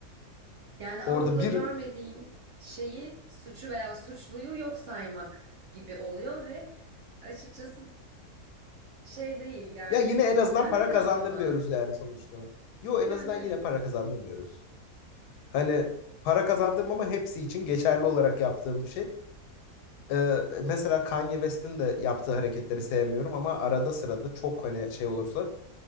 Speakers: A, on the right; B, on the left.
A: Yani ama
B: Orada
A: bu da
B: bir
A: görmediğin şeyi, suçu veya suçluyu yok saymak gibi oluyor ve açıkçası şey değil yani
B: ya yine en azından
A: kendini
B: para
A: kandırmak.
B: kazandırmıyoruz yani sonuçta. Yo en
A: Yani
B: azından
A: evet.
B: yine para kazandırmıyoruz. Hani para kazandırmama hepsi için geçerli olarak yaptığım bir şey. Ee, mesela Kanye West'in de yaptığı hareketleri sevmiyorum ama arada sırada çok hani şey olursa